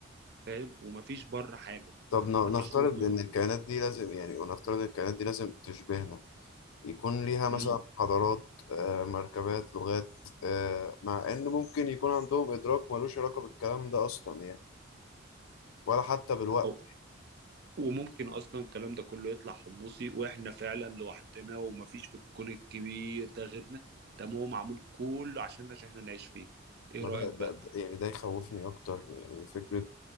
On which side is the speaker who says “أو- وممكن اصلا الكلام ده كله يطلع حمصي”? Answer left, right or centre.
Right